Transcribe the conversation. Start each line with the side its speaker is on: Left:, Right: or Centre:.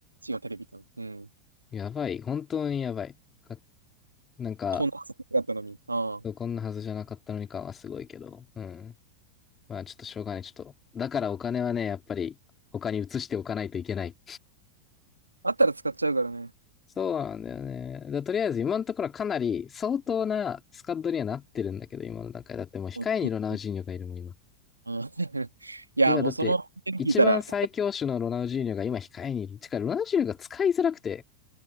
Right: い。違う、テレビと。うん。
Left: う、やばい、本当にやばい。かなんか、
Right: こんなだったのに。あ
Left: こんなはずじゃなかったのに感はすごいけど、うん。まあちょっとしょうがない、ちょっと。だからお金はね、やっぱり他に移しておかないといけない。
Right: あ。あったら使っちゃうからね。
Left: そうなんだよね。でとりあえず今のところはかなり相当なスカッドにはなってるんだけど、今の段階。だってもう控えにロナウジーニョがいるもん、
Right: うんうん
Left: 今。
Right: うん <laughs> いや、
Left: 今だって、
Right: もうその、聞いたら、
Left: 一番最強種のロナウジーニョが今控えにいる。てか、ロナウジーニョが使いづらくて、